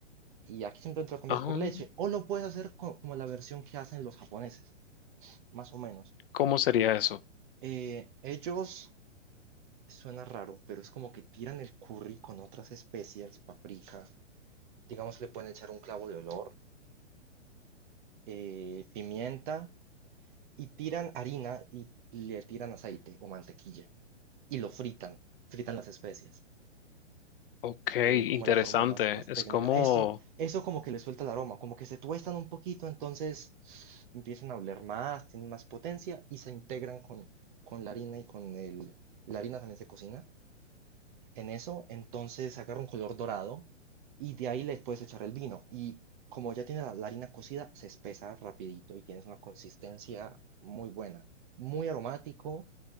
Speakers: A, on the right; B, on the left.
A: y aquí simplemente lo cambias
B: Ajá,
A: por leche. O lo puedes hacer co- como la versión que hacen los japoneses, más o menos.
B: ¿cómo sería eso?
A: Eh, ellos, suena raro, pero es como que tiran el curry con otras especias, paprika, digamos le pueden echar un clavo de olor, eh, pimienta, y tiran harina y le tiran aceite o mantequilla y lo fritan, fritan las especias.
B: Ok,
A: Sería como
B: interesante.
A: la forma más, más
B: Es
A: técnica.
B: como...
A: Eso, eso como que le suelta el aroma, como que se tuestan un poquito, entonces empiezan a oler más, tienen más potencia y se integran con, con la harina y con el... y la harina también se cocina. En eso, entonces agarra un color dorado y de ahí le puedes echar el vino. Y como ya tiene la, la harina cocida, se espesa rapidito y tienes una consistencia muy buena. Muy aromático,